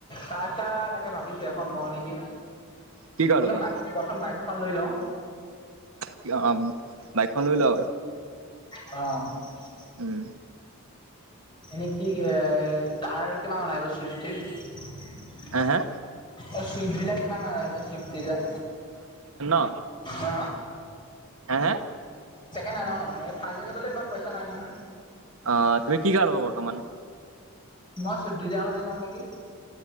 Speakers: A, on the left; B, on the right.
A: কাৰ চাৰ তাকে ভাবিছো এখন লওঁ নেকি,
B: কি কাৰ
A: প্ৰথম
B: ল'বা
A: বাই প্ৰথম বাইকখন লৈ লওঁ।
B: কিয়, অ' বাইকখন লৈ লওঁ।
A: অহ'
B: উম।
A: এনেই কি এ কাৰ কিমান অনা চুইফটিত
B: হে হে
A: এই চুইফ্ট বিলাক কিমান মান আহিব, চুইফ্ট ডিজাৰ?
B: অ'
A: অ
B: হে হে
A: ছেকেণ্ড হেণ্ড এই ফাৰ্ষ্ট হেণ্ড ল'বলৈ ইমান পইচা নাই নহয়।
B: অ' তুমি কি কাৰ ল'বা বৰ্তমান?
A: মই চুইফ্ট ডিজাইৰ খনে লওঁ নেকি?